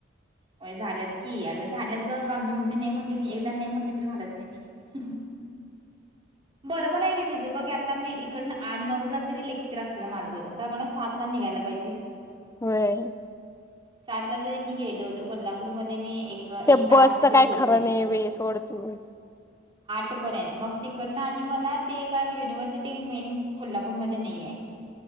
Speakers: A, on the right; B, on the left.
A: हो झाल्यात की अगं झालंत ग आमची मम्मी नाही म्हणली की एकदा नाही म्हणली तर घालत नाही ती. बरोबर आहे ग तिझं बघ आता आता मी इकडनं आठ नऊ ला जरी लेक्चर असलं माझं तर मला सात ला निघायला पाहिजे.
B: होय.
A: सार ला जरी मी गेलो तर कोल्हापूरमध्येध्ये मी एक
B: त्या
A: एक तासमध्ये
B: बसच काय
A: पोहोचेन
B: खरं नाही वेस ओडतू
A: खरंय मग <unintelligible> कडन आणि मला ते ए युनिव्हर्सिटी मेन कोल्हापूरमध्ये नाहीये.